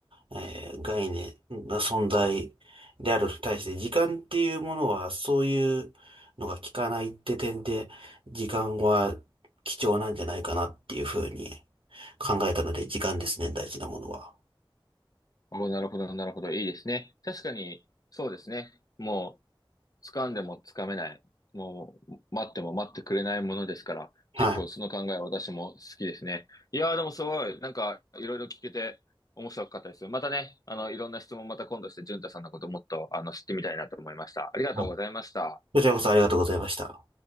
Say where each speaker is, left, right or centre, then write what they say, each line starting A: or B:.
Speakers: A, on the right (about 80°); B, on the left (about 45°).
A: えー概念、存在であると対して、時間っていうものは、そういうのが効かないって点で、時間は貴重なんじゃないかなっていうふうに考えたので、時間ですね、大事なものは。
B: お、なるほど、なるほど。いいですね。確かに、そうですね。もう、掴んでも掴めない。もう、待っても待ってくれないものですから、結構その考えは私も好きですね。
A: はい。
B: いやー、でもすごい、なんか、いろいろ聞けて面白かったです。またね、あの、いろんな質問また今度して、淳太さんのこともっと、あの、知ってみたいなと思いました。ありがとうございました。
A: うんこちらこそありがとうございました。